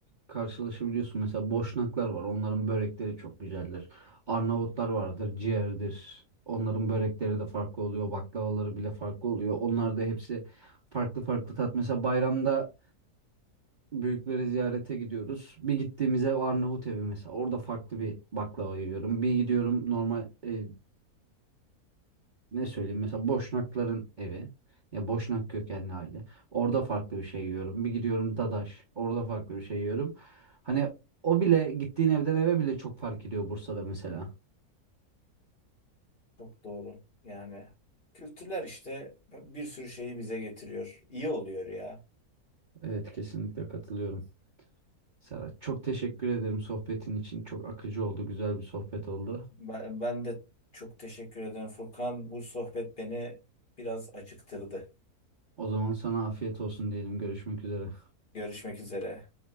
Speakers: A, on the right; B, on the left.
A: karşılaşabiliyorsun. Mesela Boşnaklar var. Onların börekleri çok güzeldir. Arnavutlar vardır, ciğerdir. Onların börekleri de farklı oluyor. Baklavaları bile farklı oluyor. Onlar da hepsi farklı farklı tat. Mesela bayramda büyükleri ziyarete gidiyoruz. Bir gittiğimiz ev Arnavut evi mesela. Orada farklı bir baklava yiyorum. Bir gidiyorum normal e, ne söyleyeyim mesela Boşnakların evi ya Boşnak kökenli aile orada farklı bir şey yiyorum bir gidiyorum Dadaş orada farklı bir şey yiyorum hani o bile gittiğin evden eve bile çok fark ediyor Bursa'da mesela.
B: Çok doğru. Yani kültürler işte bir sürü şeyi bize getiriyor. İyi oluyor ya.
A: Evet kesinlikle katılıyorum. Serhat çok teşekkür ederim sohbetin için çok akıcı oldu güzel bir sohbet oldu.
B: Ben, ben de çok teşekkür ederim Furkan. Bu sohbet beni biraz acıktırdı.
A: O zaman sana afiyet olsun diyelim görüşmek üzere.
B: Görüşmek üzere.